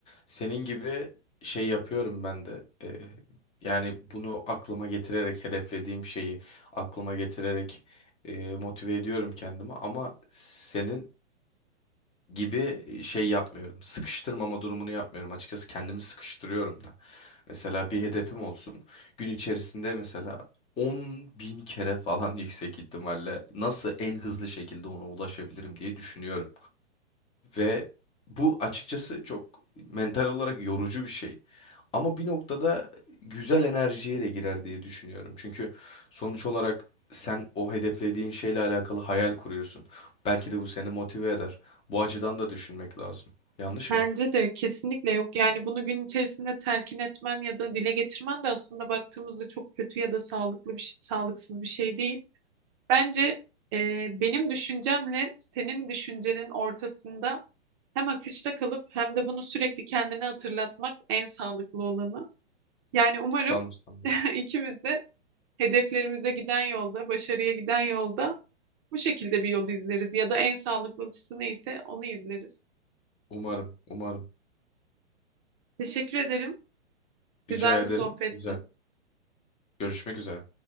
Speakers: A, on the left; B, on the right.
A: Senin gibi şey yapıyorum ben de. eee, yani bunu aklıma getirerek hedeflediğim şeyi aklıma getirerek eee, motive ediyorum kendimi. Ama senin gibi şey yapmıyorum. Sıkıştırmama durumunu yapmıyorum. Açıkçası kendimi sıkıştırıyorum da. Mesela bir hedefim olsun. Gün içerisinde mesela 10 bin kere falan <laughs> yüksek ihtimalle nasıl en hızlı şekilde ona ulaşabilirim diye düşünüyorum. Ve bu açıkçası çok mental olarak yorucu bir şey. Ama bir noktada güzel enerjiye de girer diye düşünüyorum. Çünkü sonuç olarak sen o hedeflediğin şeyle alakalı hayal kuruyorsun. Belki de bu seni motive eder. Bu açıdan da düşünmek lazım. Yanlış
B: Bence
A: mıyım?
B: de kesinlikle yok. Yani bunu gün içerisinde telkin etmen ya da dile getirmen de aslında baktığımızda çok kötü ya da sağlıklı bir şey- sağlıksız bir şey değil. Bence e, benim düşüncemle senin düşüncenin ortasında hem akışta kalıp hem de bunu sürekli kendine hatırlatmak en sağlıklı olanı. Yani umarım
A: Sanırsam.
B: <laughs>
A: evet.
B: ikimiz de hedeflerimize giden yolda, başarıya giden yolda bu şekilde bir yol izleriz ya da en sağlıklısı neyse onu izleriz.
A: Umarım, umarım.
B: Teşekkür ederim.
A: Rica
B: Güzel
A: ederim.
B: bir sohbetti.
A: Güzel. Görüşmek üzere.